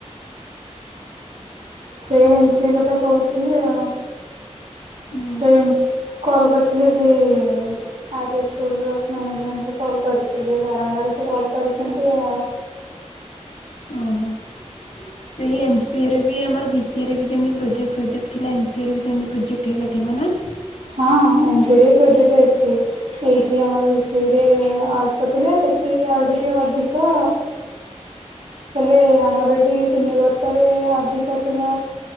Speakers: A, on the right; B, on the left.
A: ସେଇ ଏମ୍ ସି ସେଇ କଥା କହୁଥୁଲି ଆଉ
B: ହୁଁ
A: ସେଇ କଲ୍ କରିଥି ଥିଲେ ସେଇ ଆର୍ ଏସ୍ ସ୍କୁଲ ଅଫ୍ ମ୍ୟାନେଜମେଣ୍ଟରୁ କଲ୍ କରିଥିଲେ ବାରମ୍ବାର ସେ କଲ୍ କରିଚନ୍ତି ଆ
B: ଓହୋ ସେଇ ଏମ୍ ସିଏରେ ବି ଆମର ବିସିଏରେ ବି ଯେମତି ପ୍ରୋଜେକ୍ଟ ଫ୍ରୋଜେକ୍ଟ ଥିଲା ଏମ୍ ସିଏ ସେମତି ପ୍ରୋଜେକ୍ଟ ହେଇକା ଥିବନା?
A: ହଁ ଏମସିରେ ବି ପ୍ରୋଜେକ୍ଟ ଅଛି ଏଇଠି ଆମର ବିସିଏରେ ଅଳ୍ପ ଥିଲା ସେଠି ଆଉ ଟିକେ ଅଧିକ ହେଲେ ଆମର ଏଇଠି ତିନି ବର୍ଷରେ ଅଧିକ ଥିଲା